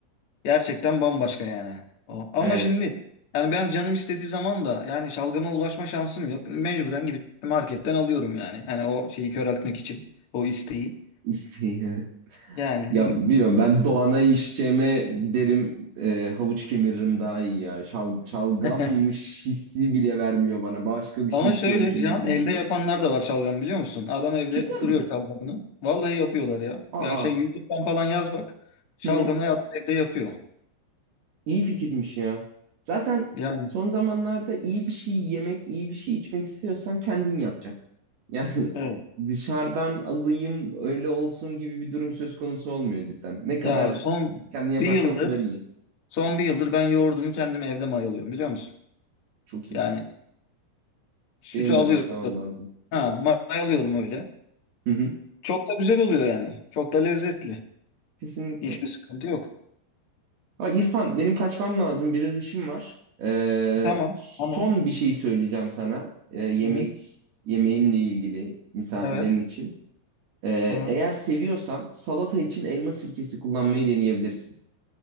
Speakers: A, on the left; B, on the right.
A: Gerçekten bambaşka yani. O. Ama
B: Evet.
A: şimdi yani ben canım istediği zaman da yani şalgama ulaşma şansım yok. Mecburen gidip marketten alıyorum yani. Hani o şeyi köreltmek için o isteği.
B: İsteği.
A: Yani
B: Ya
A: gidip
B: bilmiyorum ben Doğan'a içeceğime giderim e, havuç kemiririm daha iyi ya. Şal, şalgammış
A: <laughs>
B: hissi bile vermiyor bana. Başka bir
A: ama
B: şey içiyormuşum
A: şöyle diyeceğim
B: gibi
A: evde
B: geliyor.
A: yapanlar da var şalgam biliyor musun? Adam evde
B: Cidden
A: kuruyor
B: mi?
A: şalgamını. Vallahi yapıyorlar ya.
B: Aa,
A: Ya şey YouTube'dan falan yaz bak. Şalgamayı
B: hı hı.
A: adam evde yapıyor.
B: İyi fikirmiş ya. Zaten
A: Yani
B: son zamanlarda iyi bir şey yemek, iyi bir şey içmek istiyorsan kendin yapacaksın. Yani
A: evet.
B: <laughs> dışarıdan alayım öyle olsun gibi bir durum söz konusu olmuyor cidden. Ne kadar
A: Ya son
B: kendin yaparsan
A: bir yıldır
B: o kadar iyi.
A: son bir yıldır ben yoğurdumu kendim evde mayalıyorum biliyor musun?
B: Çok iyi
A: Yani
B: ya.
A: sütü
B: Benim
A: alıyorum.
B: de başlamam lazım.
A: Ha, mayalıyorum öyle.
B: Hı hı.
A: Çok da güzel oluyor yani. Çok da lezzetli.
B: Kesinlikle.
A: Hiçbir sıkıntı yok.
B: Ha, İrfan benim kaçmam lazım biraz işim var. Ee,
A: Tamam,
B: son
A: tamam.
B: bir şey söyleyeceğim sana Ee, yemek
A: Hı-hı.
B: yemeğinle ilgili misafirlerin
A: Evet.
B: için. Ee,
A: Aha.
B: eğer seviyorsan salata için elma sirkesi kullanmayı deneyebilirsin.